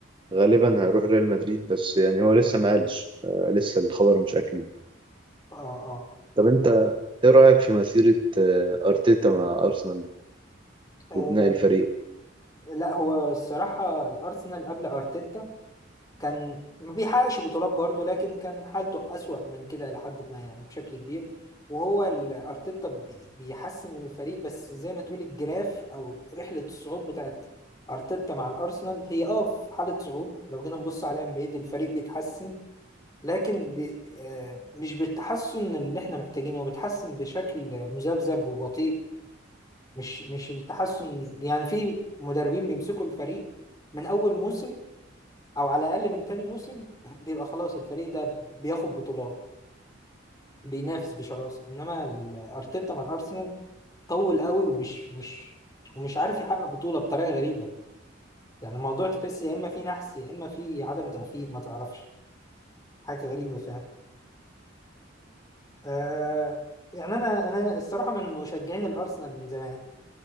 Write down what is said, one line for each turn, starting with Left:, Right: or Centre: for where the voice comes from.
Right: غالبا هيروح ريال مدريد بس يعني هو لسه ما قالش آه، لسه الخبر مش أكيد
Left: اه اه
Right: طب انت ايه رأيك في مسيرة آه، ارتيتا مع ارسنال
Left: آه،
Right: وبناء الفريق
Left: لا هو الصراحة الأرسنال قبل أرتيتا كان ما بيحققش بطولات برضه لكن كان حالته أسوأ من كده لحد ما يعني بشكل كبير وهو ال- أرتيتا بي- بيحسن من الفريق بس زي ما تقول الجراف أو رحلة الصعود بتاعت أرتيتا مع الأرسنال هي أه في حالة صعود لو جينا نبص عليها من بعيد الفريق بيتحسن لكن بي آه مش بالتحسن اللي احنا محتاجينه هو بيتحسن بشكل مذبذب وبطيء مش مش التحسن يعني في مدربين بيمسكوا الفريق من أول موسم او على الاقل من تاني موسم <clears throat> بيبقى خلاص الفريق ده بياخد بطولات بينافس بشراسه انما ال- ارتيتا مع الارسنال طول قوي ومش مش ومش عارف يحقق بطوله بطريقه غريبه يعني الموضوع تحس يا اما في نحس يا اما في عدم توفيق ما تعرفش حاجه غريبه فعلا آه يعني انا انا الصراحه من مشجعين الارسنال من زمان